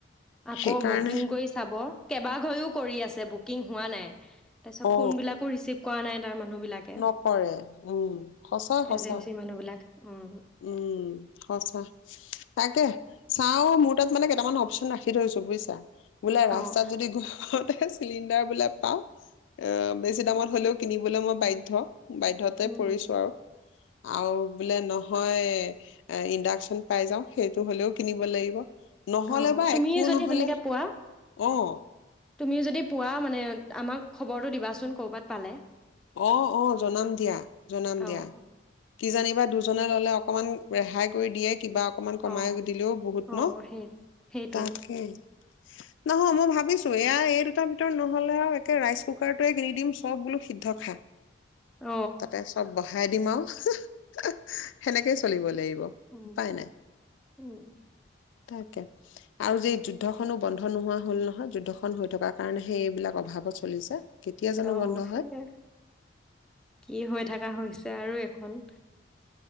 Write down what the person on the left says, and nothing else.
সেইকাৰণে
অ
নকৰে উম সঁচা সঁচা
উম সঁচা তাকে চাও মোৰ তাত মানে কেইটামান অপশচন ৰাখি থৈছো বুজছা বোলে ৰাস্তাত
যদি ঘৰত আহে চিলিণ্ডাৰ বোলে পাওঁ অ বেছি দামত হ'লেও কিনিবলৈ মই বাধ্য থ বাধ্যয়তে
পৰিছো
আৰু আৰু বোলে নহয় এ ইণ্ডাকচন পাই যাওঁ সেইটো হ'লেও কিনিব লাগিব নহলে
বা
এককো
নহলে,
অঁ।
অ অ জনাম দিয়া, জনাম
দিয়া। কিজানিবা দুজনে ল'লে অকমান ৰেহাই কৰি দিয়ে কিবা অকমান কমাই
দিলেও বহুত
ন!
তাকেই! নহ, মই ভাবিছো, এয়া এই দুটাৰ ভিতৰত নহ'লে আউ আৰু একে ৰাইচ কুকাৰটোয়ে কিনি দিম চব বোলো ইদ্ধ খা
তাতে চব বঢ়ায় দিম আউ, হুহ সেনেকেই চলিব লাগিব
উপায়
নাই
তাকে, আৰু যে এই যুদ্ধসনো বন্ধ নোহোৱা হল নহয়, যুদ্ধসন হৈ থকা কাৰণেহে এইবিলাক অভাৱত চলিছে। কেতিয়া জানো
বন্ধ
হয়?